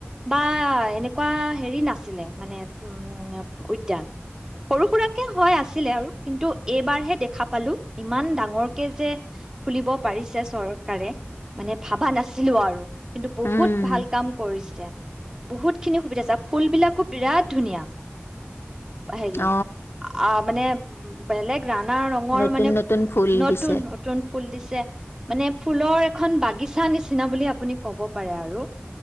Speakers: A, on the right (about 15°); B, on the left (about 65°).
A: বা এনেকুৱা হেৰি নাছিলে, মানে উম, উদ্যান, সৰু সুৰাকে হয়, আছিলে আৰু কিন্তু এইবাৰহে দেখা পালোঁ ইমান ডাঙ ডাঙৰকে যে, খুলিব পৰিছে চৰকাৰে, মানে ভাবা নাছিলো আৰু। কিন্তু বহুত
B: উম
A: ভাল কাম কৰিছে। বহুতখিনি সুবিধা হৈছে আৰু ফুলবিলাকো বিৰাত ধুনীয়া। হেৰি,
B: অ
A: অ' মানে উম, বেলেগ নানা ৰঙৰ
B: নতুন
A: মানে
B: নতুন ফুল
A: নতুন,
B: দিছে
A: নতুন ফুল দিছে, মানে ফু ফুলৰ এখন বাগিচা নিচিনা বুলি আপুনি ক'ব পাৰে আৰু,